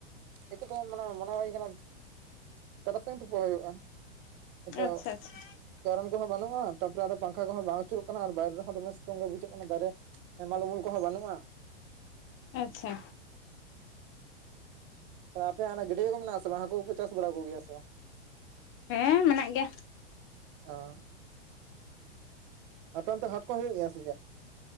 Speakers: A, on the right; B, on the left.
A: ᱮᱠᱮᱛᱮ ᱢᱟᱱᱮ ᱢᱚᱱᱮ ᱦᱩᱭ ᱠᱟᱱᱟ ᱛᱟᱨᱟᱥᱤᱧ ᱛᱳᱯᱳ ᱦᱩᱭᱩᱜᱼᱟ ᱱᱤᱛᱚᱜ
B: ᱟᱪᱪᱷᱟ ᱟᱪᱪᱷᱟ
A: ᱠᱟᱨᱮᱱ ᱠᱚᱦᱚᱸ ᱵᱟᱹᱱᱩᱜᱼᱟ ᱛᱟᱯᱚᱨᱮ ᱯᱟᱝᱠᱷᱟ ᱠᱚᱦᱚᱸ ᱵᱟᱝ ᱟᱹᱪᱩᱨᱚᱜ ᱠᱟᱱᱟ ᱟᱨ ᱵᱟᱭᱨᱮ ᱨᱮᱦᱚᱸ ᱫᱚᱢᱮ ᱥᱤᱛᱩᱝ ᱜᱮ ᱵᱩᱡᱷᱟᱹᱜ ᱠᱟᱱᱟ ᱫᱟᱨᱮᱹ ᱦᱮᱢᱟᱞ ᱩᱢᱩᱞ ᱠᱚᱦᱚᱸ ᱵᱟᱹᱱᱩᱜᱼᱟ᱾
B: ᱟᱪᱪᱷᱟ
A: ᱦᱳᱭ <unintelligible> ᱟᱯᱮ ᱦᱟᱱᱟ ᱜᱟᱹᱰᱭᱟᱹ ᱠᱚ ᱢᱮᱱᱟᱜᱼᱟ ᱥᱮ ᱵᱟᱝ ᱦᱟᱹᱠᱩ ᱠᱚᱯᱮ ᱪᱟᱥ ᱵᱟᱲᱟ ᱠᱚᱜᱮᱭᱟ ᱥᱮ ᱵᱟᱝ?
B: ᱦᱮᱸ ᱢᱮᱱᱟᱜ ᱜᱮᱭᱟ᱾
A: ᱚ ᱟᱯᱮ ᱚᱱᱛᱮ ᱦᱟᱴ ᱠᱚ ᱦᱩᱭᱩᱜ ᱜᱮᱭᱟ ᱥᱮ ᱪᱮᱫ